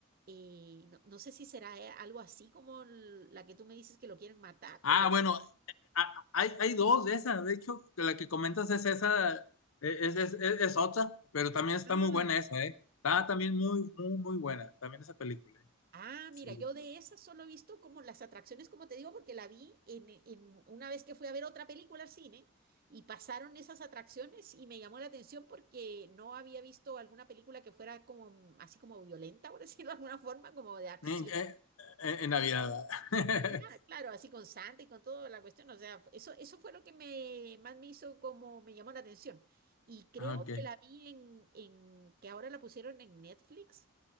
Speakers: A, on the right; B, on the left.
A: Y no, no sé si será eh, algo así como l- la que tú me dices que lo quieren matar
B: Ah,
A: o...
B: bueno, a- hay, hay dos de esas, de hecho, la que comentas es esa, eh, es, es, es- es otra, pero también está
A: Ah.
B: muy buena esa, ¿eh? Está también muy, muy, muy buena, también esa película, ¿eh?
A: Ah,
B: Sí.
A: mira, yo de esas solo he visto como las atracciones, como te digo, porque la vi en, en una vez que fui a ver otra película al cine y pasaron esas atracciones y me llamó la atención porque no había visto alguna película que fuera como mm, así como violenta, por <laughs> decirlo de alguna forma, como de acción.
B: En, eh, eh, en Navidad, ¿verdad?
A: En realidad, claro, así con sangre y con toda la cuestión, o sea, eso, eso fue lo que me, más me hizo como me llamó la atención. Y creo
B: <laughs> Ah, ok.
A: que la vi en, en que ahora la pusieron en Netflix.